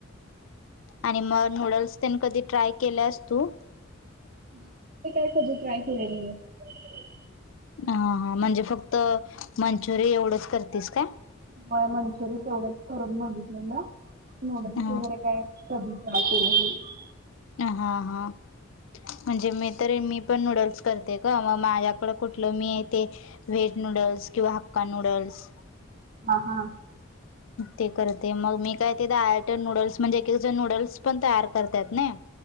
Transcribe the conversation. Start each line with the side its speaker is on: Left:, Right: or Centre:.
Left: आणि मग नूडल्स त्यांने कधी ट्राय केलेयस तू
Right: <unintelligible>
Left: हा हा म्हणजे फक्त मंचुरिय एवढंच करतेस का?
Right: म मंचुरी एवढंच करून बघितले ना मु वगैरे
Left: हा
Right: काय कधी ह श <inaudible>
Left: हा हा म्हणजे मी तर मी पण नूडल्स करते का मग माझ्याकड कुठलं मी ते व्हेट न नूडल्स किंवा हक्का नूडल्स
Right: ह हा
Left: ते करते मग मी काय तेथ आयट नूडल्स म्हणजे एके जण नूडल्स पण तयार करतात ना